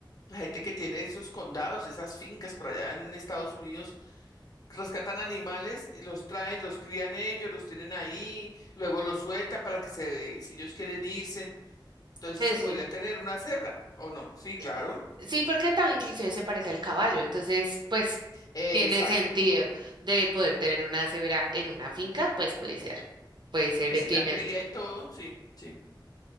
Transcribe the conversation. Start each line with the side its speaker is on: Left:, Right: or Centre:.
Left: la gente que tiene esos condados, esas fincas por allá en Estados Unidos. rescatan animales y los traen, los crían ellos, los tienen ahí, luego los sueltan para que se, si ellos quieren irse, entonces
Right: Pues
Left: sí se
Right: sí.
Left: podría tener una cebra, ¿o no? Sí, claro.
Right: Eh, eh, Sí, porque también inclusive se parece al caballo, entonces pues
Left: Eh,
Right: tiene
Left: exacto.
Right: sentido de poder tener una cebra en una finca, pues puede ser. Puede ser,
Left: Y
Right: eh,
Left: si
Right: tiene
Left: la cría y todo, sí, sí.